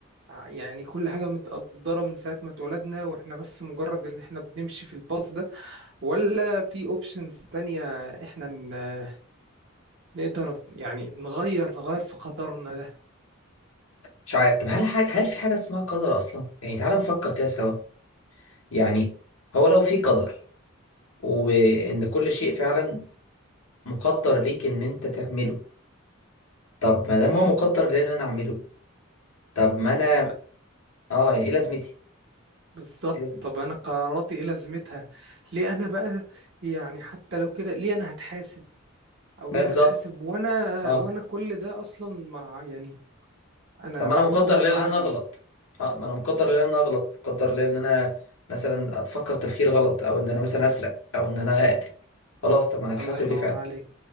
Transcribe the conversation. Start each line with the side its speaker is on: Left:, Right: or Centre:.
Right: ع- يعني كل حاجة متقدرة من ساعة ما اتولدنا واحنا بس مجرد ان احنا بنمشي في الباص ده ولا في اوبشنز تانية احنا ن- نقدر يعني نغير نغير في قدرنا ده
Left: مش عارف طب هل حاجة هل في حاجة اسمها قدر اصلا يعني تعال نفكر كده سوا يعني هو لو في قدر وان كل شيء فعلا مقدر ليك ان انت تعمله طب ما دام
Right: امم
Left: هو مقدر ليه ان انا اعمله طب ما انا
Right: يبقى
Left: اه يعني ايه لازمتي
Right: بالظبط
Left: ايه لازم
Right: طب انا قراراتي ايه لازمتها ليه انا بقى يعني حتى لو كده ليه انا هتحاسب او
Left: بالظبط
Right: ليه بتحاسب وانا
Left: اه
Right: وانا كل ده اصلا مع يعني انا
Left: طب ما
Right: بعمله
Left: انا مقدر
Right: غصب
Left: ليه ان
Right: عني
Left: انا اغلط اه ما انا مقدر ليه ان انا اغلط مقدر ليه ان انا مثلا اتفكر تفكير غلط او ان انا مثلا اسرق او ان انا اقتل خلاص طب ما انا اتحاسب
Right: الله ينور
Left: ليه فعلا
Right: عليك